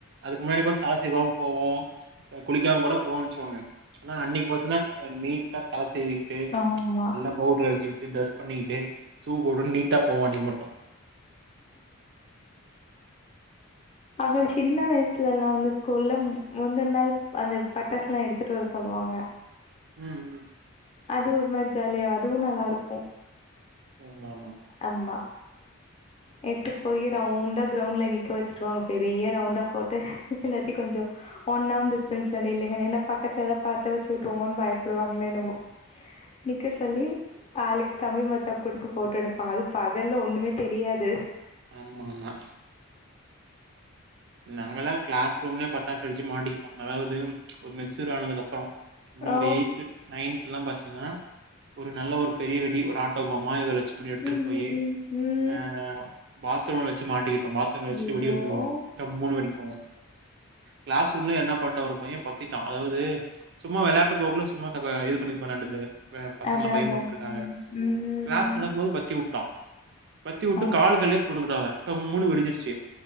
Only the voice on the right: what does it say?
அதுக்கு முன்னாடி கூட தலை சீவாம போவோ குளிக்காம கூட போவோனு வெச்சுக்கோங்க ஆனா அன்னிக்கி பாத்தீங்ன்னா நீட்டா தலை சீவிக்கிட்டு
நல்லா பவுடர் அச்சுட்டு டிரஸ் பண்ணிட்டு சூ போட்டுட்டு நீட்டா போவோ அன்னைக்கு மட்டு
ம் ம்
ஆமா ஆமா
ம்
ம்
ஆமா ஆமா நாங்கல்லா கிளாஸ் ரூம்புலேயே பட்டாசு வெடிச்சு மாட்டிக்குவோ அதாவது ஒரு மெச்சூர் ஆனதுக்கு அப்பறோ இன்ன
ஒரு எய்த் நைந்த் எல்லா படிச் சின ஒரு நல்ல ஒரு பெரிய வெடி ஒரு ஆட்டோபமா எதே வச்சு இப்டி எடுத்துட்டு
போய்
ஆ பாத்ரூம்ல வச்சு மாட்டிக்கிட்டோ பாத்ரூம்ல வச்சுட்டு
ஓடி வந்துடுவோ டம் மூனு வெடிக்கு கிளாஸ் ரூம்ல என்ன பண்ணிடா ஒரு பைய பத்திட்டா அதாவது சும்மா விளையாட்டு போக்குல சும்மா இது பண்ணிப்பானாட்டிக்குது ஆ பசங்களை
பயமுறத்துருக்துகா
கிளாஸ் நடக்கும் போது பத்தி விட்ட பத்தி விட்டு
காலுக்கு அடியிலே போட்டுக்கிட்டாங்க அவ டம்முன்னு வெடிஞ்சிருச்சு